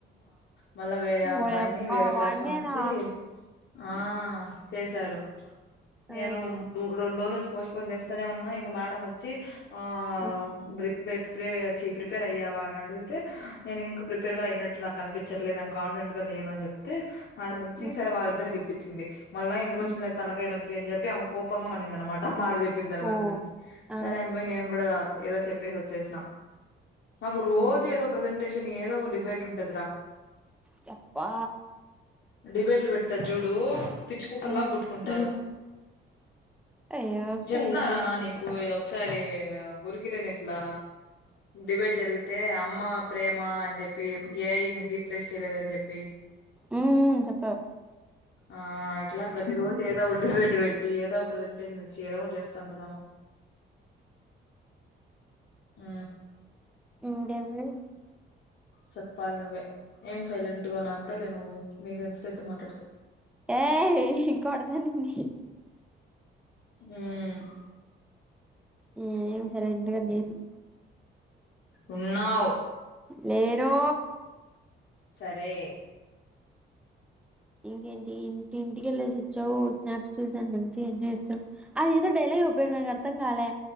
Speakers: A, on the left (about 55°); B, in the centre.
A: మళ్ళా వేరే అబ్బాయిని
B: ఓయబ్బా
A: వేరే క్లాస్
B: వాడినేనా
A: లో ఉంచి ఆ ఆ చేశారు
B: ఆ
A: నేను ముగుడుం డోల్ నుంచి పోస్పోన్ చేస్తూనే ఉన్నాం ఇంక మేడం వచ్చి ఆ
B: ఉ,
A: బ్రి బెట్ ప్రిపే ప్రిపేర్ అయ్యావా అని అడిగితే నేను ఇంకా ప్రిపేర్ గా అయినట్టు నాకు అనిపించట్లేదు నాని కాన్ఫిడెంట్ గా లేను అని చెప్తే మేడమ్ వచి
B: ఉ,
A: సరే వాల్ ఇద్దర్ని పిల్పై చిింది మళ్ళ ఎందుకు వచ్చిందిలే
B: ఉ.
A: తనకైన అని చెప్పి ఆమె కోపంగా కొన్నింద అనమాట మాడిది చెప్పిన తర్వాత
B: ఓ
A: నుంచి
B: ఆ
A: సరే అని బయి నేను కూడా ఏదో చెప్పేసి వచ్చేసిన మాకు రోజు
B: ఉహు.
A: ఏదో ప్రజెంటేషన్ ఏదో ఒక డిబేట్ ఉంటదరా
B: చెప్పా
A: డిబేట్లు పెడతారు జూడు పిచ్చు కుక్క
B: హ్మ్
A: లాగా గుట్టుకుంటారు
B: అయ్యో
A: చెప్న్నారుారా నాని కూయ్ ఒకసారి గురుకిర ఎట్లా డిబేట్ జరిగితే అమ్మ ప్రేమ అని చెప్పి ఏఐని రీప్లేస్ చేయలేదని చెప్పి
B: హ్మ్ చెప్పావు
A: ఆ అట్లా ప్రతి రోజు ఏదో ఒక హాయ్ గాయ్స్ ఏదో ప్రజెంటేషన్ ఇచ్చి ఏదో ఒక చేస్తా అనుకున్నాము ఆ
B: ఉ ఏంది
A: చెప్పాలి నువ్వే ఏం సైలెంట్ గా ఉన్నావు అంతేలే నువ్వు మీ ఫ్రెండ్స్ త మాట్లాడతా
B: ఏయ్ కొడతానండి
A: ఉమ్
B: ఏం సైలెంట్ <unintelligible>
A: ఉన్నావ్
B: లేరు
A: సరే
B: ఇంకేంటి ఇంటి ఇంటికెళ్ళసి వచ్చావు స్నాప్స్ చూసని మంచి ఎంజ్చ్చావు అది ఏదో డైలీయాడు నాకు అర్థం కాలే